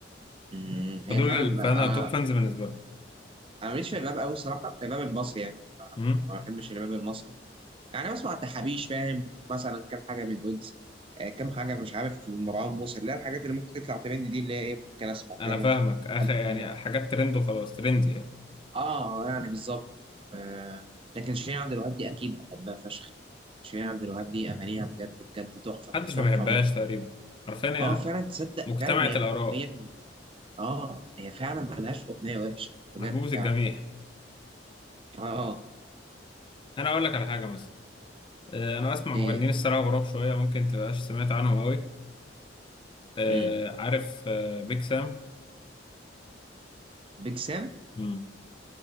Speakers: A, on the right; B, on the left.
A: أمم. هي
B: فدول
A: فعلا
B: ال-
A: انا
B: فانا توب فانز بالنسبه لهم
A: انا ماليش في الراب قوي الصراحه الراب المصري يعني
B: مم.
A: ما بحبش الراب المصري يعني بسمع التحابيش فاهم مثلا كام حاجه من ويجز آه، كام حاجه مش عارف مروان موسى اللي هي الحاجات اللي ممكن تطلع ترند دي اللي هي ايه ممكن اسمع
B: انا
A: كده ممكن
B: فاهمك اخ
A: كام
B: يعني
A: حاجه
B: حاجات ترند وخلاص ترند يعني
A: اه يعني بالظبط آه لكن شيرين عبد الوهاب دي اكيد بحبها فشخ شيرين عبد الوهاب دي اغانيها بجد بجد تحفه
B: محدش
A: تحفه
B: ما بيحبهاش
A: ممتنه
B: تقريبا حرفيا هي
A: اه فعلا تصدق
B: مجتمعة
A: فعلا هي
B: الآراء
A: حرفيا اه هي فعلا ملهاش اغنيه وحشه بجد
B: محبوبة
A: فعلا
B: الجميع
A: اه اه
B: أنا أقول لك على حاجة مثلا آه، أنا بسمع
A: ايه
B: مغنيين الصراحة غراب شوية ممكن تبقاش سمعت عنهم أوي آه،
A: امم
B: عارف آه، بيك سام
A: بيج سام
B: مم.